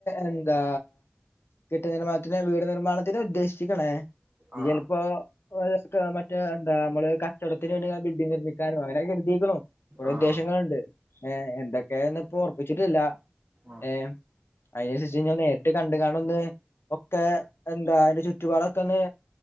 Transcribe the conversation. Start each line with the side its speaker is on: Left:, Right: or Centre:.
Left: എന്താ കെട്ടിട നിർമ്മാണത്തിന് വീട് നിർമ്മാണ ജ് ഉദ്ദേശിക്കണേ ഇജ്ചെലപ്പോ
Right: ആഹ്
Left: ഓല്ക്കെ മറ്റേ എന്താ മ്മള് കച്ചോടത്തിന് വേണ്ടി ആ ബിൽഡിങ്നിർമ്മിക്കാനോ അങ്ങനെയക്കെ കരുതിക്കുണു കോറെ
Right: ആഹ്
Left: ഉദ്ദേശങ്ങളുണ്ട് ഏ എന്തൊക്കെ ന്ന് പ്പോ ഓർപ്പിച്ചിട്ടില്ല
Right: ആഹ്
Left: ഏ അതിനുസരിച്ച് ഞാൻ നേരിട്ട് കണ്ട് കാ ടെന്ന് ഒക്കെ എന്താ അതിന്റെ ചുറ്റുപാടൊക്കെ ഒന്ന്